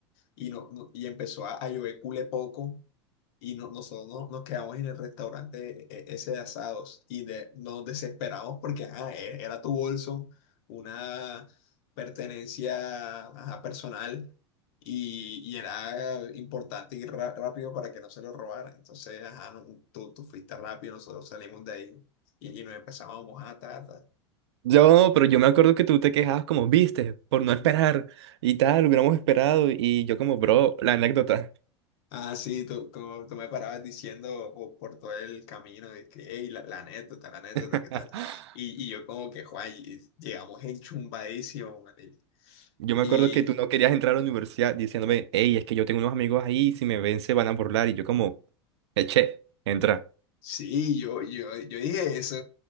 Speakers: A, on the left; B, on the right.
A: Y, no, no- y empezó a, a llover cule poco y no, nosotros no, nos quedamos en el restaurante e- e- ese de asados y de, nos desesperamos porque ajá, e- era tu bolso, una pertenencia ajá, personal y, y era importante ir ra- rápido para que no se lo robaran. Entonces, ajá, no- tú, tú fuiste rápido, nosotros salimos de ahí y, y nos empezamos a mojar, ta, ta.
B: Yo, pero yo me acuerdo que tú te quejabas como, viste, por no esperar y tal, hubiéramos esperado y yo como, bro, la anécdota.
A: Ah, sí, tú, como tú me parabas diciendo po- por, todo el camino de que, hey, la, la anécdota, la anécdota,
B: <laughs>
A: ¿qué tal? Y, y yo como que, Juan, y- llegamos enchumbadísimos, marica".
B: Yo me
A: Y
B: acuerdo que tú no querías entrar a la universidad diciéndome, hey, es que yo tengo unos amigos ahí, si me ven se van a burlar y yo como, eche, entra.
A: sí, yo, yo, yo dije eso,